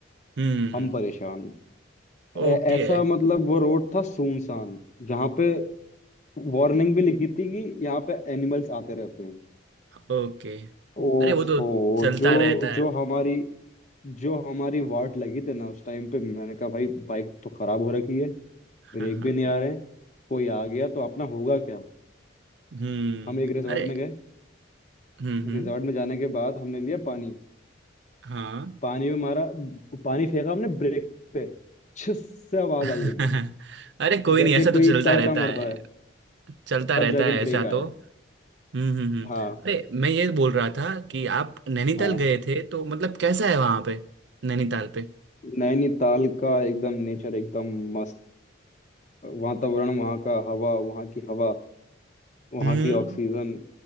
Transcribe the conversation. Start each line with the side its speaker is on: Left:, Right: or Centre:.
Right: हम्म
Left: हम परेशान ऐ-
Right: ओके
Left: ऐसा मतलब वो रोड था सुनसान जहाँ पे वार्निंग भी लिखी थी कि यहाँ पे एनिमल्स आते रहते हैं
Right: ओके
Left: ओफो
Right: अरे वो तो चलता
Left: जो
Right: रहता है
Left: जो
Right: <laughs>
Left: हमारी जो हमारी वाट लगी थी ना उस टाइम पे मैंने कहा भाई बाइक तो खराब हो रखी है
Right: हाँ
Left: ब्रेक
Right: हाँ
Left: भी नहीं आ
Right: हाँ।
Left: रहे हैं कोई आ गया तो अपना होगा क्या
Right: हम्म
Left: हम एक रिजॉर्ट
Right: अरे
Left: में गए
Right: हम्म हम्म
Left: रिजॉर्ट में जाने के बाद हमने लिया पानी
Right: हाँ
Left: पानी में मारा पानी फेंका हमने ब्रेक पे छिस से आवाज
Right: <laughs>
Left: आई एकदम
Right: अरे कोई
Left: जैसे
Right: नहीं ऐसा
Left: कोई
Right: तो चलता
Left: तड़का
Right: रहता
Left: मरता
Right: है
Left: है
Right: चलता
Left: तब
Right: रहता
Left: जाके
Right: है ऐसा
Left: ब्रेक आया
Right: तो हम्म हम्म हम्म।
Left: हाँ
Right: अरे मैं ये बोल रहा था कि आप नैनीताल
Left: हाँ
Right: गए थे तो मतलब कैसा है वहां पे नैनीताल पे
Left: नैनीताल का एकदम नेचर एकदम मस्त वातावरण वहाँ का हवा वहाँ की हवा वहाँ
Right: हम्म
Left: की ऑक्सीजन